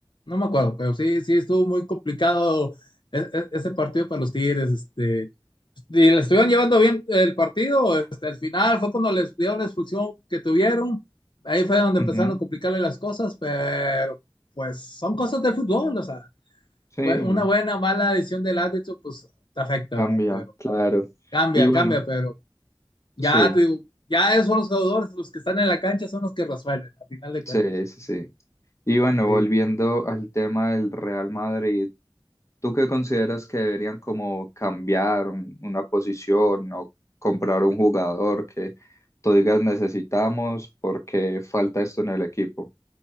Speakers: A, on the left; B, on the left.
A: No me acuerdo, pero sí, sí, estuvo muy complicado e- e- ese partido para los Tigres. Este, y le estuvieron llevando bien el partido. Este, al final fue cuando les dieron la expulsión que tuvieron. Ahí fue donde
B: Ujú.
A: empezaron a complicarle las cosas, pero pues son cosas del fútbol. O sea,
B: Sí,
A: fue una buena, mala decisión del árbitro, pues te afecta,
B: cambia,
A: pero
B: claro.
A: cambia,
B: Y bueno,
A: cambia, pero. Ya,
B: sí.
A: te digo, ya esos son los jugadores, los que están en la cancha son los que resuelven, a final de
B: Sí,
A: cuentas.
B: sí, sí. Y bueno,
A: Sí.
B: volviendo al tema del Real Madrid, ¿tú qué consideras que deberían como cambiar un- una posición o comprar un jugador que tú digas necesitamos porque falta esto en el equipo?